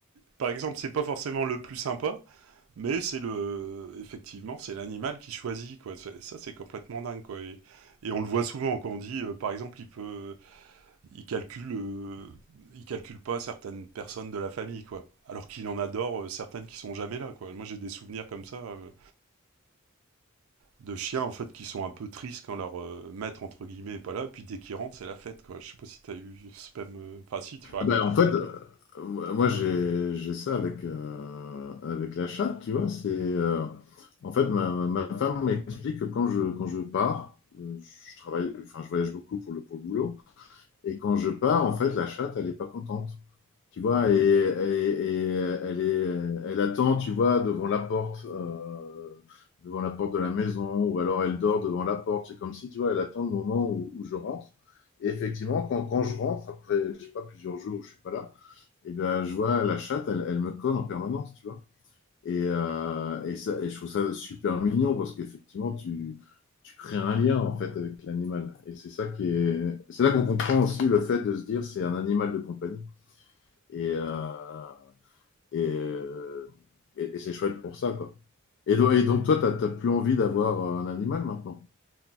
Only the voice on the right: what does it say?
Par exemple, c'est pas forcément le plus sympa, mais c'est le. Effectivement, c'est l'animal qui choisit, quoi. Ça, ça, c'est complètement dingue, quoi. Et, et on le voit souvent quand on dit, euh, par exemple, il peut. Il calcule. euh, il calcule pas certaines personnes de la famille, quoi. Alors qu'il en adore euh, certaines qui sont jamais là, quoi. Moi, j'ai des souvenirs comme ça euh, de chiens, en fait, qui sont un peu tristes quand leur euh, maître, entre guillemets, est pas là. Et puis dès qu'ils rentrent, c'est la fête, quoi. Je sais pas si t'as eu ce même. euh, Enfin, si, tu racontais
un petit peu.